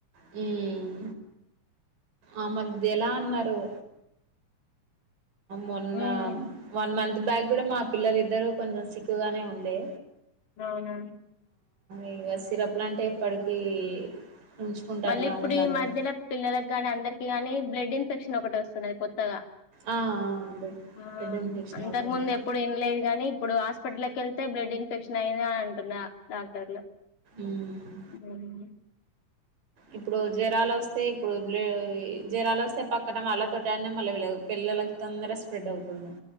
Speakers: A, on the right; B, on the left.
A: హ్మ్ అ మద్యల అన్నారు మొన్న
B: ఉమ్
A: వన్ మంత్ బ్యాక్ కూడా మా పిల్లలు ఇద్దరు కొంచెం సిక్గానే ఉండే
B: అవునా
A: ఇ సిరప్ లు అంటే ఎప్పటికీ ఉంచుకుంటే
B: మళ్ళీ
A: అట్లా
B: ఇప్పుడు
A: ఉండాలని
B: ఈ మధ్యన పిల్లలకిగానీ అందరికి గానీ బ్లడ్ ఇన్ఫెక్షన్ ఒకటి వస్తున్నది కొత్తగా
A: ఆ ఆ
B: ఆ
A: బ్లడ్ ఇన్ఫెక్షన్
B: అంతకు
A: అవుతుంది
B: ముందు ఎప్పుడు వినలేదు గానీ ఇప్పుడు హాస్పిటల్కి వెళ్తే బ్లడ్ ఇన్ఫెక్షన్ అయ్యింది అని అంటున్నారు డాక్టర్లు
A: ఉమ్
B: హ్మ్
A: ఇప్పుడు జరాలు వస్తే ఇప్పుడు బ్లు జరాలో స్తే పక్కన వాళ్లతోటనే మళ్ళీ పిల్లలకి తొందర స్ప్రెడ్ అవుతుంది